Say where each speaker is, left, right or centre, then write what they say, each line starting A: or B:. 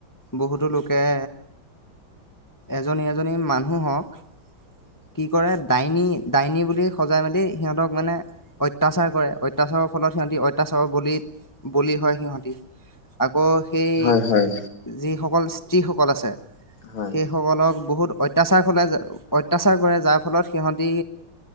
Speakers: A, on the left (about 15°); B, on the left (about 70°).
A: বহুতো এ এজনি এজনি মানুহক কি কৰে ডাইনী ডাইনী বুলি সজাই মেলি সিহঁতক মানে অত্যাচাৰ কৰে অত্যাচাৰৰ ফলত সিহঁতি অত্যাচাৰৰ বলি বলি হয় সিহঁতি আকৌ সেই
B: হয় হয়।
A: যিসকল যিসকল আছে
B: হয়
A: সেই সকলক বহুত অত্যাচাৰ হলে অত্যাচাৰ কৰে যাৰ ফলত সিহঁতি